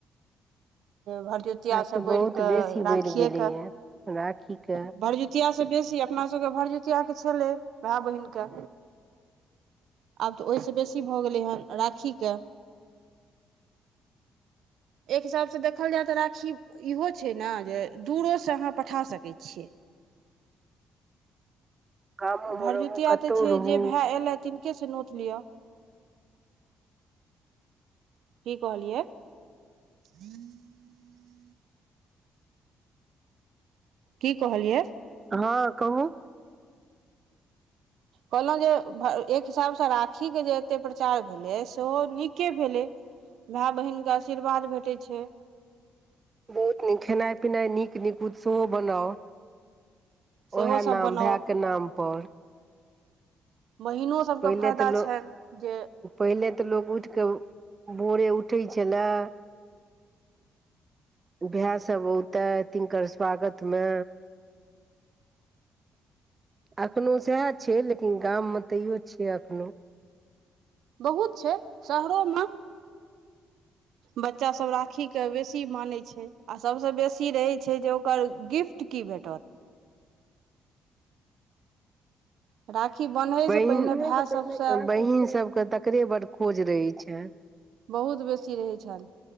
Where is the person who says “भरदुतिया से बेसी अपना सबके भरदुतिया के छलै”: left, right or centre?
Right